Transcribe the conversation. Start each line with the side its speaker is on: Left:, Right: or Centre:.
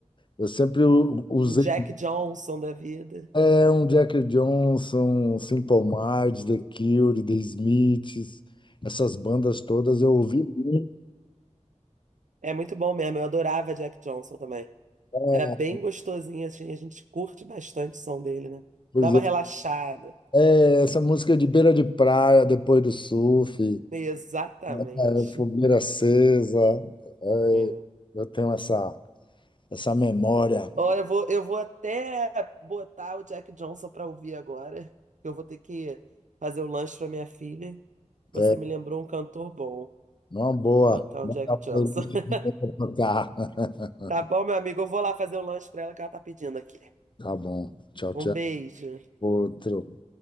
Left: Eu sempre u- usei
Right: Um Jack Johnson da vida.
Left: É um Jack Johnson, Simple Minds, The Cure, The Smiths, essas bandas todas eu ouvi muito.
Right: É muito bom mesmo. Eu adorava Jack Johnson também.
Left: É,
Right: Era bem gostosinho, assim. A gente curte bastante o som dele, né?
Left: pois
Right: Dá uma
Left: é,
Right: relaxada.
Left: É, essa música de beira de praia, depois do surf,
Right: Exatamente.
Left: né? é, fogueira acesa, é,
Right: Hum.
Left: eu tenho essa, essa memória.
Right: Ó, eu vou, eu vou até botar o Jack Johnson pra ouvir agora. Eu vou ter que fazer o lanche pra minha filha. Você
Left: É,
Right: me lembrou um cantor bom.
Left: uma boa,
Right: Botar
Left: botar
Right: um Jack
Left: pra
Right: Johnson. <laughs>
Left: tocar. <laughs>
Right: Tá bom, meu amigo? Eu vou lá fazer o lanche pra ela que ela tá pedindo aqui.
Left: Tá bom, tchau,
Right: Um
Left: tchau.
Right: beijo.
Left: Outro.